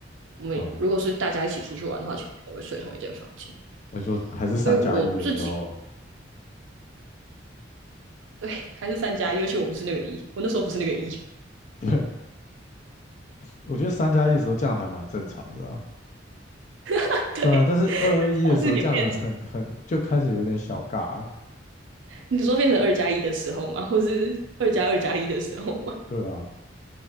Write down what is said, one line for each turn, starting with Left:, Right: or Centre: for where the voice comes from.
Right: 我们如果是大家一起出去玩的话，
Left: 好，
Right: 其实都会睡同一间房间。
Left: 我说还是三加一的时候，
Right: 所以我自己对还是三加一，而且我不是那个一，我那时候不是那个一。
Left: 对，我觉得三加一的时候这样还蛮正常的啊。
Right: <laughs> 对，
Left: 对啊，但是二二一的时候这样子很很就开始有点小尬了。
Right: 上次也变成，你说变成二加一的时候吗？或是二加二加一的时候吗？
Left: 对啊，